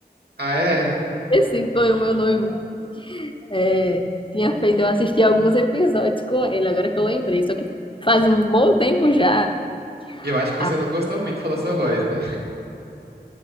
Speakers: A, on the right; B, on the left.
A: Ah, é?
B: Esse foi o meu noivo. É, tinha feito, eu assisti alguns episódios com ele, agora que eu lembrei. Só que faz um bom tempo já.
A: E eu acho que você
B: Ah,
A: não gostou muito pela sua voz, né? <laughs>